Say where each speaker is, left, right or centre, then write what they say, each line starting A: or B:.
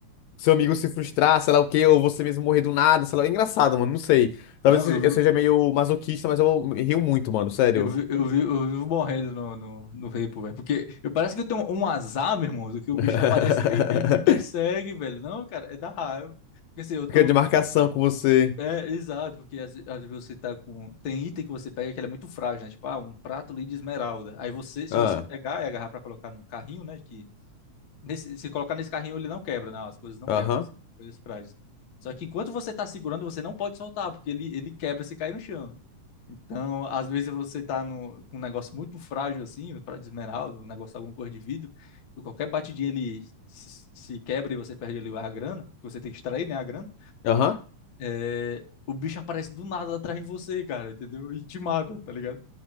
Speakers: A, on the left (about 75°); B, on the left (about 50°).
A: seu amigo se frustrar, sei lá o quê, ou você mesmo morrer do nada, sei lá. É engraçado, mano, não sei. Talvez
B: Não,
A: eu
B: eu
A: seja eu seja
B: vi,
A: meio masoquista, mas eu me rio muito, mano, sério.
B: eu vi, eu vi, eu vivo morrendo no, no, no repo, velho. Porque eu parece que eu tenho um azar, meu irmão, do que o
A: <laughs>
B: bicho aparece e vem- me persegue, velho. Não, cara, é da raiva. Porque assim, eu tô.
A: Fica de marcação com você.
B: É, exato, porque às, às vezes você tá com. Tem item que você pega que ele é muito frágil, né? Tipo, ah, um prato ali de esmeralda. Aí você, se
A: Ah,
B: você pegar e agarrar pra colocar no carrinho, né? que Nesse- se colocar nesse carrinho, ele não quebra, não, as coisas não
A: aham,
B: quebram, assim, as coisas frágeis. Só que enquanto você tá segurando, você não pode soltar, porque ele, ele quebra se cair no chão. Então, às vezes você tá no, com um negócio muito frágil assim, pra de esmeralda, um negócio, alguma cor de vidro, e qualquer batidinha ele se, se quebra e você perde ali a grana, que você tem que extrair, né, a grana.
A: aham.
B: É, o bicho aparece do nada atrás de você, cara, entendeu? E te mata, tá ligado?